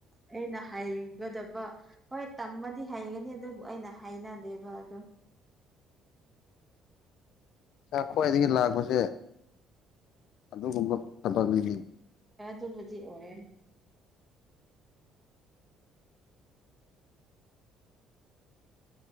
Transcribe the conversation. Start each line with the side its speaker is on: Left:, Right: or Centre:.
Centre: ꯑꯩꯅ ꯍꯥꯏꯒꯗꯕ ꯍꯣꯏ ꯇꯝꯃꯗꯤ ꯍꯩꯒꯅꯤ ꯑꯗꯨꯕꯨ ꯑꯩꯅ ꯍꯥꯏꯅꯗꯦꯕ ꯑꯗꯣ
Left: ꯏꯁꯥ ꯈ꯭ꯋꯥꯏꯗꯒꯤ ꯂꯥꯛꯄꯁꯦ ꯑꯗꯨꯒꯨꯝꯕ ꯊꯕꯛꯅꯤꯗꯤ
Centre: ꯁꯕꯤ ꯑꯣꯏ